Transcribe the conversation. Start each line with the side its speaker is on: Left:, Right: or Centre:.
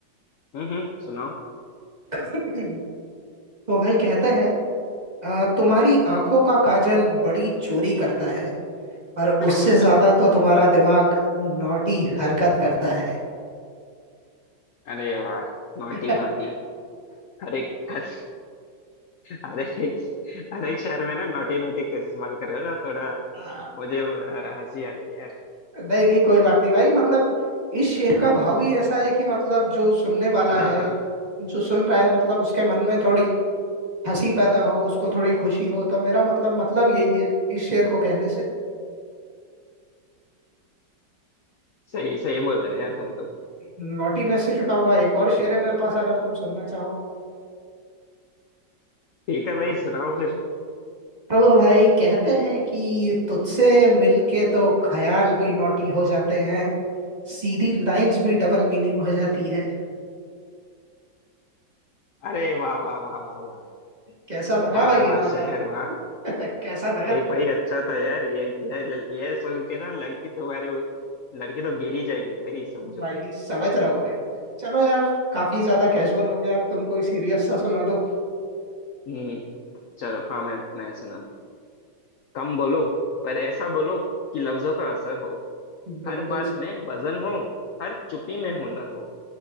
Left: हम्म हम्म सुनाओ
Right: <clears throat> तो भाई कहते हैं "अ, तुम्हारी आंखों का काजल बड़ी चोरी करता है पर उससे
Left: <coughs>
Right: ज्यादा तो तुम्हारा दिमाग नॉटी हरकत करता है
Left: अरे वाह Naughty
Right: <laughs>
Left: naughty हर एक <laughs> हर हर एक हर एक शहर में ना नोटी नोटी का इस्तेमाल कर रहे हो ना थोड़ा
Right: हाँ।
Left: मुझे अ, हंसी आ रही है यार
Right: नहीं नहीं कोई बात नहीं भाई मतलब इस शेर का भाव ही ऐसा है कि मतलब जो सुनने वाला
Left: हाँ
Right: है
Left: हाँ हाँ।
Right: जो सुन रहा है मतलब उसके मन में थोड़ी हंसी पैदा हो उसको थोड़ी खुशी हो तो मेरा मतलब मतलब यही है इस शेर को कहने से
Left: सही सही बोल रहे हैं यार तुम तो
Right: नॉटीनेस से जुड़ा हुआ एक और शेर है मेरे पास अगर तुम सुनना चाहो
Left: ठीक है भाई सुनाओ फिर
Right: तो भाई कहते हैं कि तुझसे मिलके तो ख्याल भी नॉटी हो जाते हैं सीधी लाइंस भी डबल मीनिंग हो जाती है
Left: अरे वाह वाह वाह वाह वाह
Right: कैसा लगा
Left: वाह
Right: भाई ये
Left: वाह
Right: वाला
Left: शायर वाह
Right: <laughs> कैसा लगा
Left: भाई भाई अच्छा था यार ये ये ये सुन के ना लड़की तुम्हारे उ- लड़की तो गिर ही जाएगी भाई समझो
Right: भाई समझ रहा हूँ भाई चलो यार काफी ज्यादा कैजुअल हो गया अब तुम कोई सीरियस सा सुना दो
Left: हम्म चलो हाँ मैं मैं सुनाता हूँ कम बोलो पर ऐसा बोलो कि लफ्जों का असर हो
Right: बिल्कुल
Left: हर बात
Right: से।
Left: में वजन हो हर चुप्पी में हुनर हो